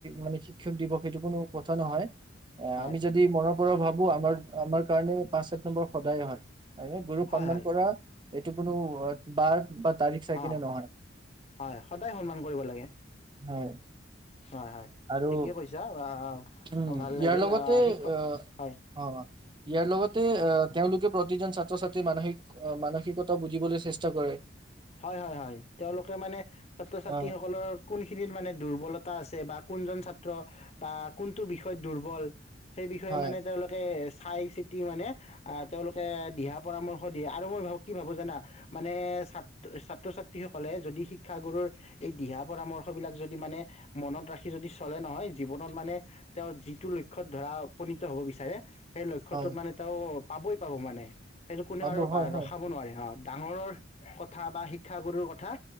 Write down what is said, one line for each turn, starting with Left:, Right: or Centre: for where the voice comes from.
Right: মানে শিক্ষক দিৱস সেইটো কোনো কথা নহয়।
Left: হয়
Right: আমি যদি মৰম। ভাবোঁ আমাৰ আমাৰ কাৰণে পাঁচ ছেপ্টেম্বৰ সদায়ে হয়। হয়নে গুৰক
Left: হয়
Right: সন্মান
Left: হয়
Right: কৰা। এইটো কোনো বাৰ। তাৰিখ চাই কিনে
Left: অ
Right: নহয়
Left: হয় সদায় সন্মান কৰিব লাগে।
Right: হয়।
Left: হয় হয়
Right: আৰু
Left: ঠিকেই
Right: উম
Left: কৈছা আহ ভাল
Right: ইয়াৰ
Left: লাগিল
Right: লগতে
Left: আহ শিক্ষক
Right: আহ
Left: হয়
Right: অ ইয়াৰ লগতে আহ তেওঁলোক। প্ৰতিজন ছাত্ৰ ছাত্ৰী মানসিক অ মানসিক- নৈতিকত বুজিবলৈ চেষ্টা কৰে।
Left: হয় হয় হয় তেওঁলোকে মানে ছাত্ৰ ছাত্ৰীসকলৰ
Right: অ
Left: কোনখিনিত মানে দুৰ্বলতা আছে বা কোনজন ছাত্ৰ। ত বা কোনটো বিষয়ত দুৰ্বল। সেই বিষয়ে
Right: হয়
Left: মানে তেওঁলোকে। চাই চিতি মানে আহ তেওঁলোকে দিহা পৰামৰ্শ দিয়ে আৰু মই ভাবোঁ কি ভাবোঁ জানা। মানে চাত ছাত্ৰ ছাত্ৰীসকলে যদি শিক্ষাগুৰুৰ এই দিহা পৰামৰ্শ বিলাক যদি মানে মনত ৰাখি যদি চলে নহয়। জীৱনত মানে তেওঁ যিটো লক্ষ্যয়ত ধৰা উপনীত হ'ব বিচাৰে- সেই লক্ষ্যটোত
Right: হয়
Left: মানে তেওঁ- পাবই পাব মানে। সেইটো কোনেও
Right: পাব
Left: আৰু
Right: হয়
Left: বা-
Right: হয়
Left: ৰখাব নোৱাৰে, হা। ডাঙৰৰ কথা বা শিক্ষাগুৰুৰ ক কথা